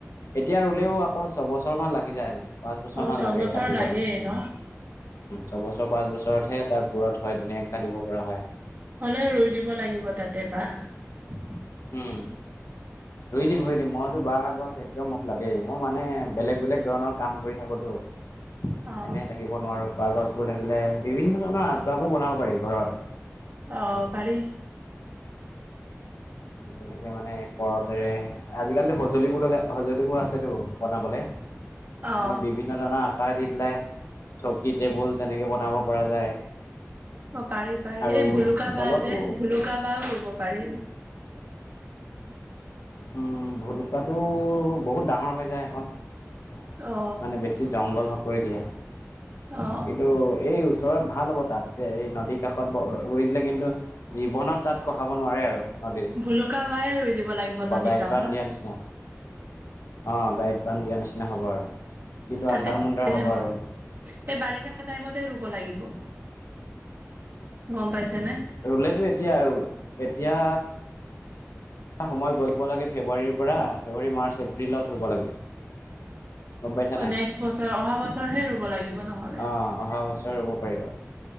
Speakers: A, on the left; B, on the right.
A: এতিয়া ৰুলেও আকৌ ছবছৰমান লাগি যায় মানে পাঁচ বছৰমান
B: অ ছবছৰ
A: লাগে কাটিবলে।
B: লাগেই ন
A: ছবছৰ পাঁচ বছৰতহে তাৰ পূৰত হয় ধুনীয়াক কাটিব পৰা হয়
B: হ'লেও ৰই দিব লাগিব তাতে বাহ
A: উম ৰুই দিম ৰুই দিম মইতো বাঁহাগছ একদম মোক লাগেই মই মানে বেলেগ বেলেগ ধৰণৰ কাম কৰি থাকোতো <unintelligible>
B: অ
A: এনে থাকিব নোৱাৰো বাহ গছবোৰ থাকিলে বিভিন্ন ধৰণৰ আচবাৰবো বনাব পাৰি ঘৰৰ
B: আঁহ পাৰি।
A: তেনেকে মানে কৰতেৰে আজিকালিতো সঁজুলিবোৰ লগা সঁজুলিবোৰ আছেতো বনাবলে মানে
B: অ
A: বিভিন্ন ধৰণৰ দি পেলাই চকী টেবুল তেনেকে বনাব পৰা যায়
B: অঁ পাৰি পাৰি
A: আৰু
B: এই ভুলুকা
A: তলতো
B: বাহ যে ভুলুকা বাঁহ ৰুব পাৰি
A: উম ভুলুকাটো বহুত ডাঙৰ হৈ যায় আকৌ।
B: অ
A: মানে বেছি জংঘল হক কৰি দিয়া।
B: অ অ
A: কিন্তু এই ওচৰত। ভাল হ'ব তাত যে এই নদীৰ কাষত ৰুই দিলে কিন্তু জীৱনত তাত কঢ়াব নোৱাৰে আৰু নদীৰে
B: ভলুকাবাঁহ ৰুই দিব লাগিব নদীৰ
A: গাইড
B: কাষত
A: বান্ধ দিয়া নিচিনা অঁ গাইড বান্ধ দিয়া নিচিনা হ'ব আৰু কিন্তু
B: তাতে
A: আন্ধাৰ মুন্ধাৰ হ'ব
B: হল
A: আৰু
B: এই বাৰিষা টাইমতে ৰুব লাগিব গম পাইছেনে
A: ৰুলেতো এতিয়া আৰু এতিয়া সময় গল লাগে ফেব্ৰুৱাৰীৰ পৰা ফেব্ৰুৱাৰী মাৰ্চ এপ্ৰিলত ৰুব লাগে গম পাইছা
B: অঁ
A: নাই
B: নেক্সট বছৰ অহা বছৰ হে ৰুব লাগিব নহ'লে
A: অঁ অহা বছৰে ৰোব পাৰিব